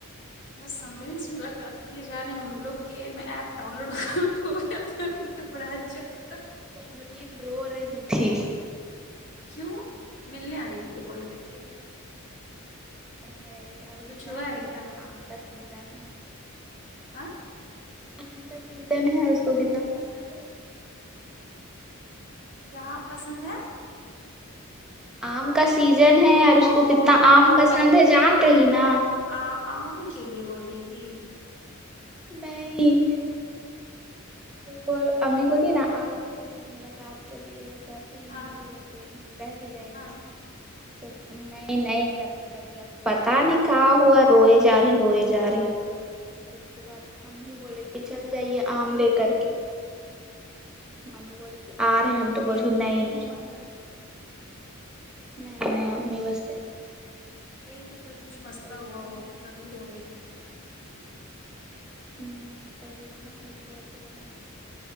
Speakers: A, on the left; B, in the centre.
A: بسمری سے ملاقات کے لیے جا رہے ہ ان لوگ کے میں ایپ ڈاؤن لوڈ ہو ن بڑا اچھا ہوتا
B: سمرین رو رہی تھی
A: کیوں ملنے آنے کے لیے بول کر کے
B: نہیں ابھی
A: کچھ
B: جان
A: ہوا ہے
B: گئی
A: کیا
B: نہ عام کا سیزن ہے
A: ہاں
B: عام سیزن ہے اور اس کو کتنا پسند ہے
A: کیا پسند ہے
B: آم کا سیزن ہے اور اس
A: او
B: کو کتنا آم پسند ہے جان رہی نا
A: آ آم کے لیے رو رہی تھی
B: نہیں وہ امی بولیے نا آ رہے ہیں ملاقات کے لیے کر لیں
A: ہاں
B: گے مل لیں گے ایک رہہ بھی جائیں
A: ہاں
B: گے وہاں تو نئے نہیں کرنے لگی اب پتا نہیں کہا ہوا روئے جا رہی روئے جا رہی اس کے بعد ہم ہی بولے کہ چل جائیے آم لے کر کے امی بولی کہ آ رہے
A: کل
B: ہم
A: امی
B: تو بول
A: اور
B: رہے
A: ابو
B: نہیں
A: دونوں
B: نہیں
A: جائیں
B: مت
A: گے
B: آئے نہیں نہیں اپنی بس ہی
A: یہی تو پھر کچھ مثلا
B: ترجمہ
A: ہوا ہو
B: نا ہے
A: تبھی رو رہی تھی
B: ہوں کما ہے اس لیےپ نہیں جان گ